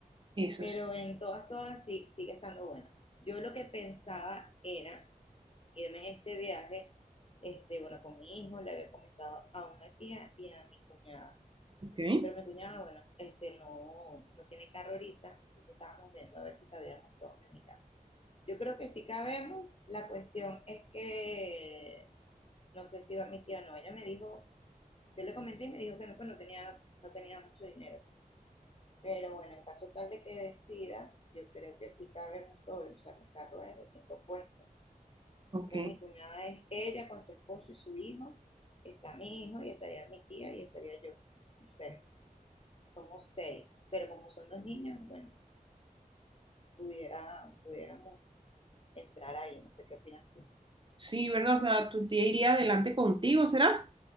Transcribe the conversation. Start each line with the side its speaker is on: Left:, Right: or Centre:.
Right: eso
Left: Pero
Right: sí.
Left: en todas, todas sí, sigue estando bueno. Yo lo que pensaba era irme en este viaje, este, bueno, con mi hijo, le había comentado a una tía y a mi cuñada.
Right: Ok,
Left: Pero mi cuñada, bueno, este, no, no tiene carro ahorita, entonces estábamos viendo a ver si cabíamos todos en mi casa. Yo creo que sí cabemos, la cuestión es que no sé si va mi tía o no, ella me dijo, yo le comenté y me dijo que no, pues no tenía, no tenía mucho dinero. Pero bueno, en caso tal de que decida, yo creo que sí cabemos todos, o sea, mi carro es de cinco puestos
Right: ok.
Left: Entonces, mi cuñada es ella con su esposo y su hijo, está mi hijo y estaría mi tía y estaría yo. No sé, somos seis, pero como son dos niños, bueno, pudiera, pudiéramos entrar ahí, no sé qué opinas tú.
Right: Sí, ¿verdad? O sea, tu tía iría adelante contigo, ¿será?